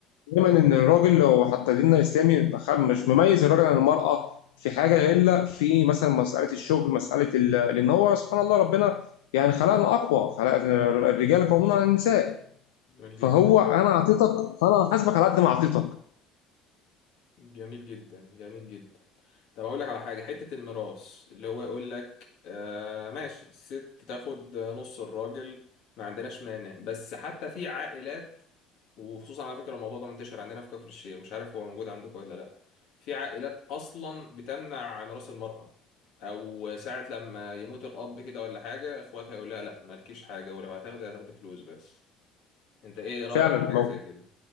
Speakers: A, on the left; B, on the left.
A: دايما ان الراجل لو حتى ديننا الاسلامي بيبقى خ- مش مميز الراجل عن المراه في حاجه الا في مثلا مساله الشغل مساله ال- لان هو سبحان الله ربنا يعني خلقنا اقوى خلق الرجال قوامون على النساء
B: جميل جدا
A: فهو انا اعطيتك فانا هحاسبك على قد ما اعطيتك
B: جميل جدا جميل جدا طب اقول لك على حاجه حته الميراث اللي هو يقول لك آه ماشي الست تاخد نص الراجل ما عندناش مانع بس حتى في عائلات وخصوصا على فكره الموضوع ده منتشر عندنا في كفر الشيخ مش عارف هو موجود عندكم ولا لا في عائلات اصلا بتمنع ميراث المراه او ساعه لما يموت الاب كده ولا حاجه اخواتها يقول لها لا مالكيش حاجه ولو هتاخدي هتاخدي فلوس بس انت ايه رايك
A: فعلا
B: في حاجه
A: مو-
B: زي كده